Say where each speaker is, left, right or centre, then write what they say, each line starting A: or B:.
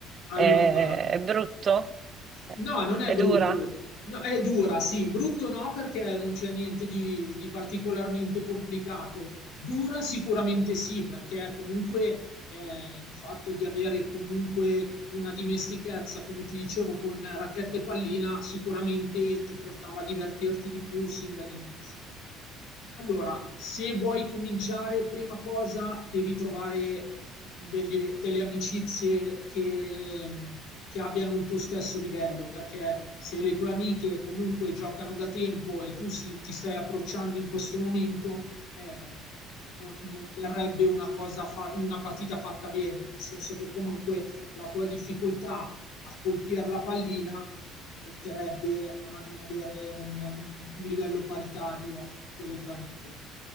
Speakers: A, on the left; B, on the right.
A: allora,
B: È, è brutto?
A: no, non è
B: È
A: brutto,
B: dura?
A: No, è dura, sì, brutto no perché non c'è niente di, di particolarmente complicato, dura sicuramente sì perché comunque eh, il fatto di avere comunque una dimestichezza, come ti dicevo, con racchetta e pallina sicuramente ti portava a divertirti di più sin dall'inizio. Allora, se vuoi cominciare, prima cosa devi trovare degli- delle amicizie che, che abbiano il tuo stesso livello, perché se le tue amiche comunque giocano da tempo e tu si- ti stai approcciando in questo momento, eh, non, non verrebbe una cosa fa- una partita fatta bene, nel senso che comunque la tua difficoltà a colpire la pallina eh, porterebbe a non avere un, un livello paritario con le tue amiche.